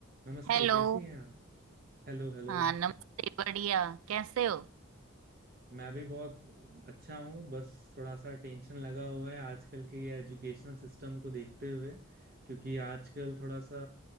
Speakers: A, on the right (about 45°); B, on the right (about 90°).
A: नमस्ते
B: Hello
A: कैसी हैं आप Hello hello
B: हाँ नमस्ते बढ़िया कैसे हो
A: मैं भी बहुत अच्छा हूँ बस थोड़ा सा टेंशन लगा हुआ है आजकल के ये एजुकेशनल सिस्टम को देखते हुए क्योंकि आजकल थोड़ा सा